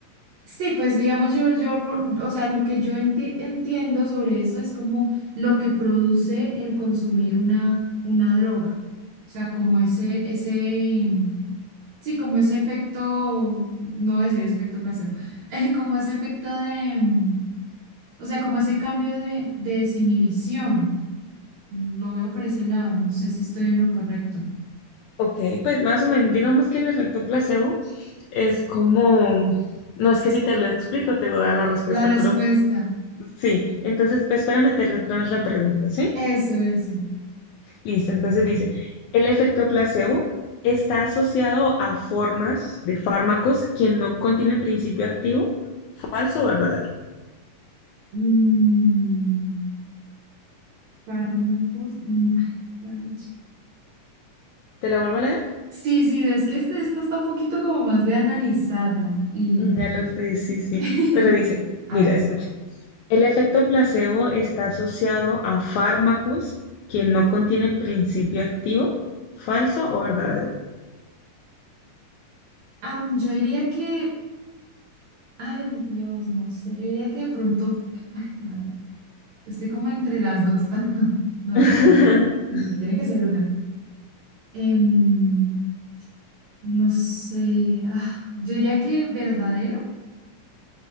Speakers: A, on the right (about 70°); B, on the left (about 85°).
A: Sí, pues digamos yo, yo lo, o sea, lo que yo enti- entiendo sobre eso es como lo que produce el consumir una, una droga. O sea, como ese, ese, sí, como ese efecto, no voy a decir ese efecto placebo, <laughs> eh, como ese efecto de, mm, o sea, como ese cambio de, de desinhibición. Lo veo por ese lado, no sé si estoy en lo correcto.
B: Ok, pues más o menos, digamos que el efecto placebo es como, no es que si te lo explico te voy a dar la respuesta,
A: La respuesta,
B: pero Sí, entonces, pues espera meterle otra vez la pregunta, ¿sí?
A: eso, eso.
B: Listo, entonces dice, el efecto placebo está asociado a formas de fármacos que no contienen principio activo, falso o verdadero.
A: Mm, fármacos. mm, <laughs> bueno.
B: ¿Te la vuelvo a leer?
A: Sí, sí, es que este- esta está un poquito como más de analizarla. Y,
B: Mm, Ya lo sé, sí, sí,
A: <laughs>
B: pero dice,
A: a
B: mira,
A: ver,
B: escucha, el efecto placebo está asociado a fármacos que no contienen principio activo, falso o verdadero.
A: am, yo diría que, ay Dios, no sé, yo diría que de pronto, a ver, estoy como entre las dos. <laughs> No,
B: <laughs>
A: espérate, te tiene que ser una. Em, no sé, ah, yo diría que verdadero.